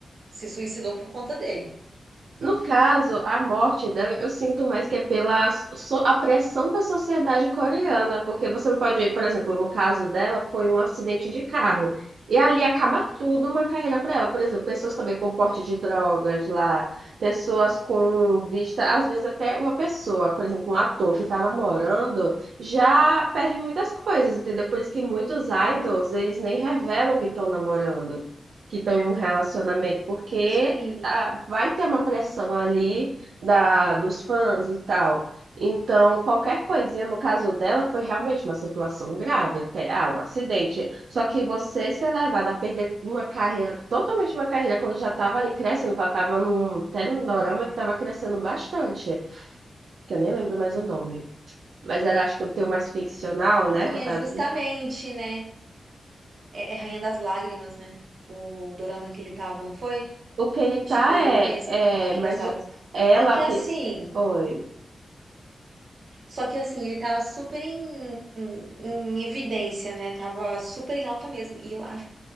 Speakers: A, on the right (about 60°); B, on the right (about 75°).
A: se suicidou por conta dele.
B: No caso, a morte dela, eu sinto mais que é pela so- a pressão da sociedade coreana, porque você não pode, por exemplo, no caso dela, foi um acidente de carro. E ali acaba tudo uma carreira para ela. Por exemplo, pessoas também com porte de drogas lá, pessoas com vista, às vezes até uma pessoa, por exemplo, um ator que está namorando, já perde muitas coisas, entendeu? Por isso que muitos idols, eles nem revelam que estão namorando, que estão em um relacionamento, porque
A: Sim.
B: ah, vai ter uma pressão ali da, dos fãs e tal. Então, qualquer coisinha, no caso dela, foi realmente uma situação grave, até ah, um acidente. Só que você ser levada a perder uma carreira, totalmente uma carreira, quando já estava ali crescendo, que ela estava num, até num dorama que estava crescendo bastante, que eu nem lembro mais o nome. Mas era, acho que o teu mais ficcional,
A: Então,
B: né? Fantasia.
A: e é justamente, né? É, é Rainha das Lágrimas, né? O dorama que ele tava, não foi?
B: O que ele
A: Acho
B: tá
A: que foi
B: é,
A: ele mesmo, Rainha
B: é mas
A: das Lágrimas.
B: o, ela,
A: Só que
B: o
A: assim.
B: que. Oi.
A: Só que assim, ele tava super em, em- em evidência, né? Tava super em alta mesmo. E lá